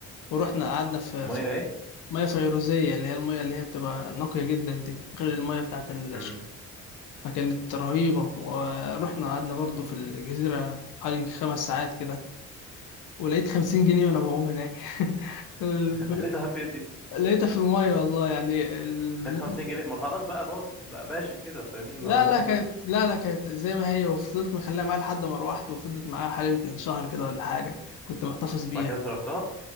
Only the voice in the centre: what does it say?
الميه
ايه
امم
<laughs> لقيتها فين دي
لقيت 50 جنيه ما خلاص بقى باظت بقى باشت كده فاهمني ما
ملهاش
لازمه
بعد كده صرفتها